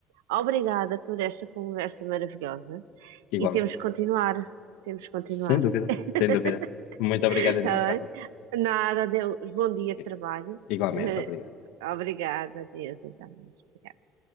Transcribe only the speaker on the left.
igualmente.
Sem dúvida,
sem dúvida. Muito obrigado
então, Carlos.
Obrigado.
Igualmente,
obrigado.